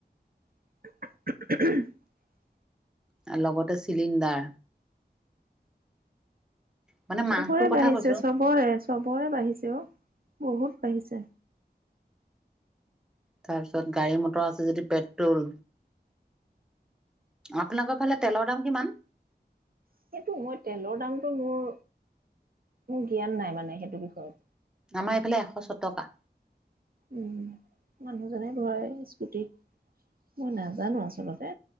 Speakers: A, on the right; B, in the centre.
A: <unintelligible>
B: লগতে চিলিণ্ডাৰ। মানে মাহটোৰ
A: চবৰে
B: কথা
A: বাঢ়িছে,
B: কৈছো
A: চবৰে চবৰে বাঢ়িছে অ বহুত বাঢ়িছে।
B: তাৰ পিছত গাড়ী মটৰ আছে যদি পেট্ৰল। আপোনালোকৰ ফালে তেলৰ দাম কিমান।
A: সেইটো মই তেলৰ দামতটো মোৰ মোৰ জ্ঞান নাই মানে সেইটো বিষয়ত।
B: আমাৰ এইফালে এশ ছ টকা।
A: উম মানুহজনে ভয় স্কুটিত মই নাজানো আচলতে।